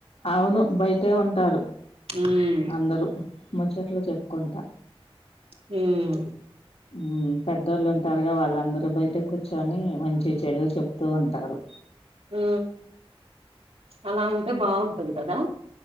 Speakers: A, on the left; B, on the right.
A: అవును బయటే ఉంటారు
B: ఉమ్
A: అందరూ ముచ్చట్లు చెప్పుకుంటా
B: హుమ్
A: ఉమ్ పెద్దోళ్ళు ఉంటారుగా వాళ్ళందరుూ బయట కూర్చొని మంచి చెడు చెప్ చెప్తూ ఉంటారు
B: హ అలా ఉంటే బాగుంటది కదా